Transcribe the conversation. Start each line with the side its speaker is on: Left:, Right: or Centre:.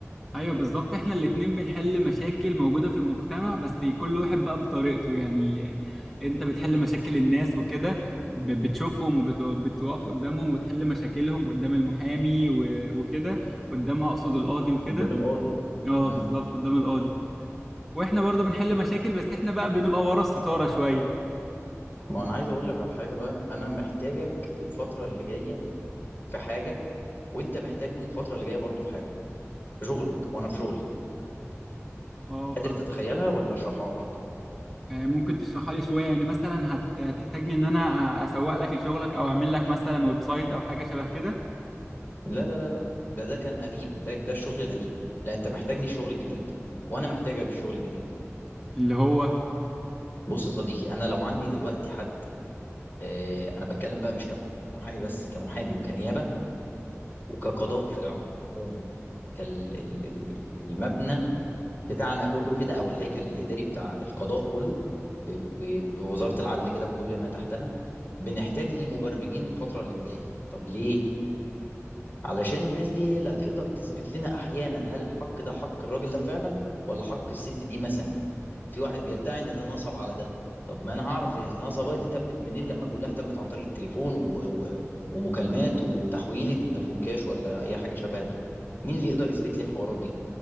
Centre: ايوه بالظبط احنا الاتنين بنحل مشاكل موجودة في المجتمع بس كل واحد بقى بطريقته يعني انت بتحل مشاكل الناس وكده ب- بتشوفهم وبتقف قدامهم وتحل مشاكلهم قدام المحامي و- وكده قدام اقصد القاضي وكده
Left: قدام القاضي
Centre: اه
Left: امم
Centre: بالظبط قدام القاضي واحنا برضو بنحل مشاكل بس احنا بقى بنبقى ورا الستارة شوية
Left: ما انا عايز اقول لك على حاجه بقى انا محتاجك الفتره اللي جايه في حاجه وانت محتاجني الفتره اللي جايه برضو في حاجه في شغلك وانا في شغلي
Centre: اه
Left: قادر
Centre: فاهم
Left: تتخيلها ولا اشرحها لك
Centre: آه، ممكن تشرحها لي شوية يعني مثلا هت... هتحتاجني ان انا أ- اسوق لك لشغلك او اعمل لك مثلا ويب سايت او حاجة شبه كده
Left: لا لا لا لا لا ده ده كان قديم ده ده الشغل القديم لا انت محتاجني الشغل الجديد وانا محتاجك الشغل الجديد
Centre: اللي هو
Left: بص يا صديقي انا لو عندي دلوقتي حد اه انا بتكلم بقى مش كمحامي بس كمحامي وكنيابه وكقضاء في العموم كال ال- ال- ال- المبنى بتاعنا كله كده او الهيكل الاداري بتاع القضاء كله ب- ب- بوزاره العدل كده بكل ما تحتها بنحتاج للمبرمجين الفتره اللي جايه طب ليه علشان الناس دي هي اللي هتقدر تثبت لنا احيانا هل الحق ده حق الراجل ده فعلا ولا حق الست دي مثلا في واحد بيدعي ان ده نصب على ده طب ما انا هعرف النصبه دي تمت منين لما كلها تمت عن طريق التليفون و... و... ومكالمات وتحويلة ودافون كاش ولا اي حاجه شبه دي مين اللي يقدر يثبت لي الحوارات دي